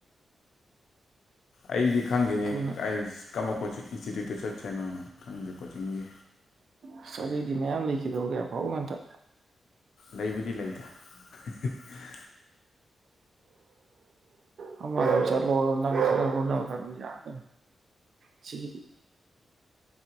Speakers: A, on the left; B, on the right.
A: ꯑꯩꯗꯤ ꯈꯪꯗꯦꯅꯦ
B: ꯊꯨꯅ
A: ꯀ ꯀꯃ ꯀꯣꯆꯤꯡ ꯏꯟꯁꯇꯤꯇ꯭ꯌꯨꯠꯇ ꯆꯠꯁꯦꯅꯣꯅ ꯈꯪꯗꯦ ꯀꯣꯆꯤꯡꯗꯤ
B: ꯑꯁ ꯑꯗꯨꯗꯏꯗꯤ ꯃꯌꯥꯝ ꯂꯩꯈꯤꯗꯧꯒꯌꯥ ꯐꯥꯎ ꯉꯟꯇ
A: ꯂꯩꯕꯨꯗꯤ ꯂꯩꯗ <unintelligible>
B: <unintelligible> ꯆꯠꯂꯣ <unintelligible> ꯑꯗꯨꯁꯤꯒꯤꯗꯤ